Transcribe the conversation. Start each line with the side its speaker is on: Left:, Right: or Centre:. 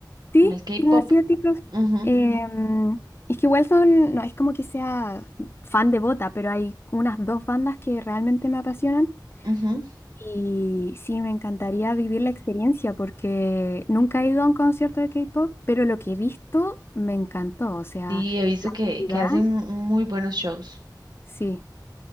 Left: Sí,
Right: Como el K-pop.
Left: los asiáticos.
Right: Ujú,
Left: em, es que igual son, no es como que sea fan de Bota, pero hay unas dos bandas que realmente me apasionan
Right: ujú.
Left: y sí, me encantaría vivir la experiencia porque nunca he ido a un concierto de K-pop, pero lo que he visto me encantó, o sea,
Right: Sí, he visto que,
Left: ¿Verdad?
Right: que hacen muy buenos shows.
Left: sí.